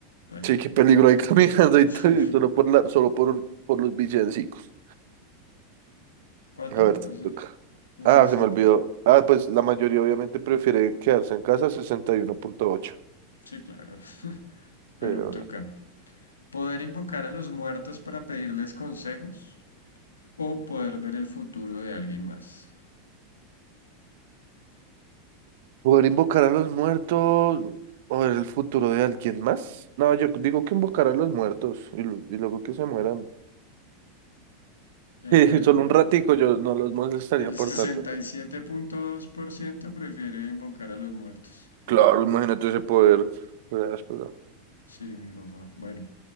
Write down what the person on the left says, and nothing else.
Vaya.
Sí.
¿Cuánto?
Ese-
ahí
está
el
pro-
Sí, claro. <laughs> Bueno,
me toca. ¿Poder invocar a los muertos para pedirles consejos? ¿O poder ver el futuro de alguien más?
Eh,
a ver,
miramos.
El
sesenta
y siete punto dos por ciento prefiere invocar a los muertos.
Ah,
sí, mi papá. Bueno,